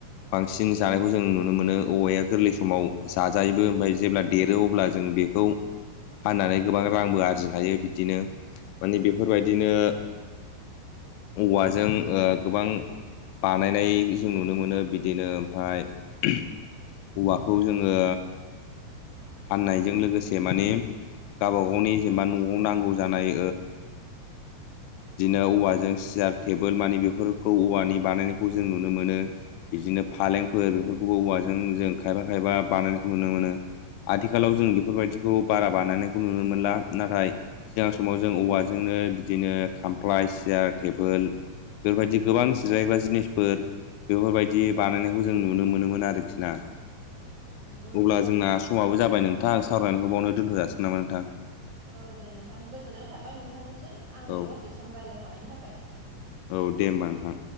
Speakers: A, on the left; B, on the right.
A: बांसिन जानायखौ जों नुनो मोनो औवाया गोरलै समाव जाजायोबो ओमफ्राय जेब्ला देरो अब्ला जों बे औ फाननानै गोबां रांबो आरजिनो हायो बिदिनो मानि बेफोरबायदिनो औवाजों गोबां बानायनाय जों नुनो मोनो बिदिनो ओमफ्राय
B: औ
A: औवाखौ जोङो फाननायजों लोगोसे माने गावबा गावनि जेनेबा न'आव नांगौ जानाय बिदिनो औवाजों सियार टेबोल मानि बेफोरखौ औवानि बानायनायखौ जों नुनो मोनो। बिदिनो फालेंफोर बेफोरखौबो औवाजों जों खायफा खायफा बानायनायखौ नुनो मोनो। आथिखालाव जों बेफोरबायदिखौ बारा बानायनायखौ नुनो मोनला। नाथाय सिगां समाव जों औवाजोंनो बिदिनो खामफ्लाय सियार टेबोल बेफोरबायदि गोबां जिरायग्रा जिनिसफोर बेफोरबायदि बानायनायखौ जों नुनो मोनोमोन आरोखि ना।
B: नंगौ नोंथां
A: अब्ला जोंना समाबो जाबाय नोंथां आं सावरायनायखौ बावनो दोन्थ' जासिगोन नामा नोंथां।
B: औ दे नोंथां गोजोननाय थाबाय नोंथांनिसिम आंजों
A: औ
B: दसे सम रायज्लायफानायनि थाखाय।
A: औ दे होमबा नोंथां।